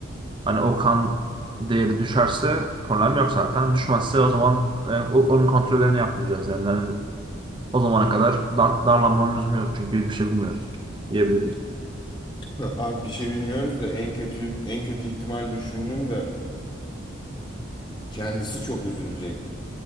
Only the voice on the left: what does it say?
<laughs> abi bir şey bilmiyoruz da en kötü en kötü ihtimal düşündüm de kendisi çok üzülecek.